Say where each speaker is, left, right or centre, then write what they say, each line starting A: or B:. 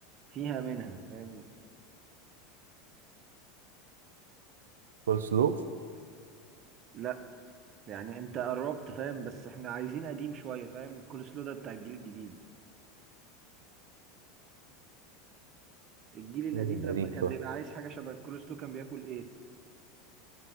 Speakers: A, on the right; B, on the right.
A: فيها منها فاهم
B: كول سلو
A: لا يعني انت قربت فاهم بس احنا عايزين قديم شويه فاهم الكول سلو ده بتاع الجيل الجديد الجيل القديم
B: إيه
A: لما
B: قديم
A: كان
B: شوية
A: بيبقى عايز حاجه شبه الكول سلو كان بياكل ايه